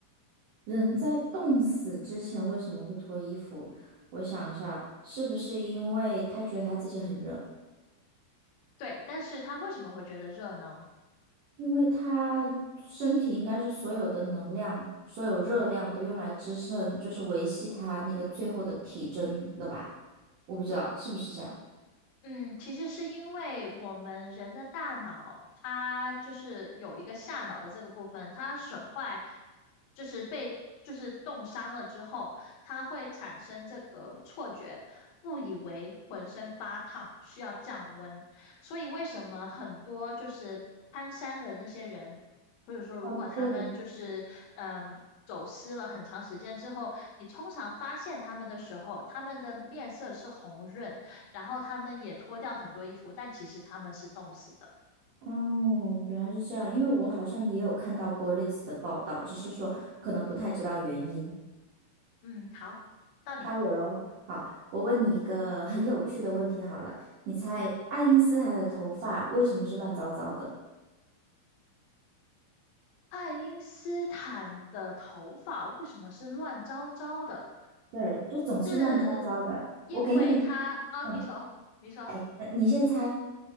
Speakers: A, on the right; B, on the left.
A: 人在冻死之前为什么会脱衣服？我想一下，是不是因为他觉得他自己很热？
B: 对，但是他为什么会觉得热呢？
A: 因为他身体应该是所有的能量、所有热量都用来支撑，就是维系他那个最后的体征了吧？我不知道是不是这样。
B: 嗯，其实是因为我们人的大脑，它就是有一个下脑的这个部分，它损坏，就是被就是冻伤了之后，它会产生这个错觉，误以为浑身发烫，需要降温。所以为什么很多就是攀山的那些人，或者说如果他们就是嗯。
A: 哦，对，
B: 走失了很长时间之后，你通常发现他们的时候，他们的面色是红润。然后他们也脱掉很多衣服，但其实他们是冻死的。
A: 哦，原来是这样，因为我好像也有看到过类似的报道，只是说可能不太知道原因。
B: 嗯，好，到你。
A: 到我喽。好，我问你一个很有趣的问题好了，你猜爱因斯坦的头发为什么是乱糟糟的？
B: 嗯，爱因斯坦的头发为什么是乱糟糟的？
A: 对，就总是乱糟糟的。
B: 是因为他啊？
A: 我给你，嗯，
B: 你说，你说，
A: 哎，那你先猜，